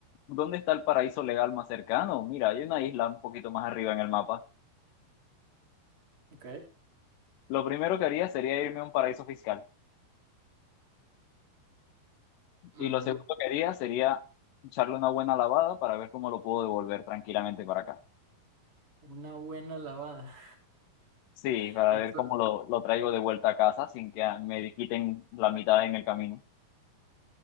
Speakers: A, on the left; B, on the right.
A: dónde está el paraíso legal más cercano? Mira, hay una isla un poquito más arriba en el mapa.
B: Ok.
A: Lo primero que haría sería irme a un paraíso fiscal.
B: Mm,
A: Y lo segundo que haría sería echarle una buena lavada para ver cómo lo puedo devolver tranquilamente para acá.
B: una buena lavada.
A: Sí,
B: <laughs>
A: para
B: Pero
A: ver
B: eso-
A: cómo lo, lo traigo de vuelta a casa sin que ah, me quiten la mitad en el camino.